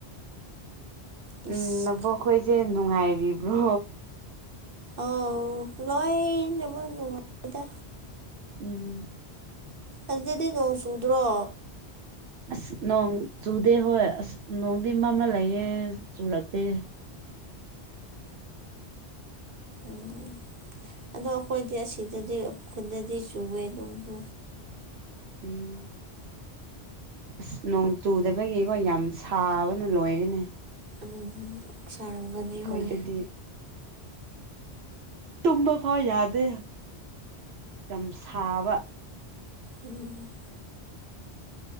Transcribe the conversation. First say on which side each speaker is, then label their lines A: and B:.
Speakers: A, on the right; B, on the right.
A: ꯑꯁ
B: ꯎꯝ ꯅꯕꯣꯛꯈꯣꯏꯖꯦ ꯅꯨꯡꯉꯥꯏꯔꯤꯕ꯭ꯔꯣ
A: ꯑꯥꯎ ꯂꯣꯏꯅꯃꯛ ꯅꯨꯡꯉꯥꯏꯗ
B: ꯎꯝ
A: ꯑꯗꯨꯗꯗꯤ ꯅꯣꯡ ꯆꯨꯗ꯭ꯔꯣ
B: ꯑꯁ ꯅꯣꯡ ꯆꯨꯗꯦ ꯍꯣꯏ ꯑꯁ ꯅꯣꯡꯗꯤ ꯃꯝꯂ ꯂꯩꯌꯦ ꯆꯨꯔꯛꯇꯦ
A: ꯎꯝ ꯑꯗꯣ ꯑꯈꯣꯏꯗꯤ ꯑꯁꯤꯗꯗꯤ ꯈꯨꯟꯗꯗꯤ ꯆꯨꯋꯦ ꯑꯗꯨ <unintelligible>
B: ꯎꯝ ꯑꯁ ꯅꯣꯡ ꯆꯨꯗꯕꯒꯤꯀꯣ ꯌꯥꯝ ꯁꯥꯕꯅ ꯂꯣꯏꯔꯦꯅꯦ
A: ꯎꯝ ꯁꯥꯔꯝꯒꯅꯤ
B: ꯑꯩꯈꯣꯏꯗꯗꯤ
A: ꯍꯣꯏ
B: ꯇꯨꯝꯕ ꯐꯥꯎ ꯌꯥꯗꯦ ꯌꯥꯝ ꯁꯥꯕ
A: ꯎꯝ